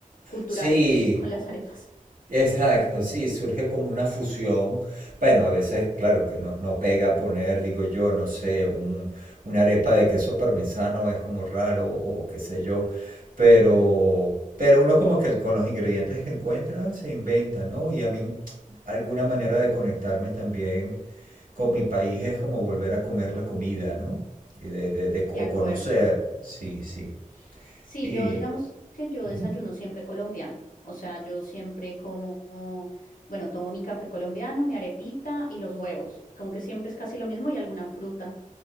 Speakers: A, on the left (about 75°); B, on the right (about 80°).
A: culturales
B: Sí.
A: de, con las <laughs> arepas.
B: Exacto, sí, surge como una fusión. Bueno, a veces, claro, que no, no pega poner, digo yo, no sé, un, una arepa de queso parmesano es como raro o qué sé yo, pero,
A: Mm,
B: pero uno como que con los ingredientes que encuentra se inventa, ¿no? Y a mí alguna manera de conectarme también con mi país es como volver a comer la comida, ¿no? Y de, de- de-
A: de
B: o
A: acuerdo.
B: conocer, sí, sí.
A: Sí,
B: Y,
A: yo digamos que yo
B: ujú,
A: desayuno siempre colombiano. O sea, yo siempre como, bueno, tomo mi café colombiano, mi arepita y los huevos. Como que siempre es casi lo mismo y alguna fruta.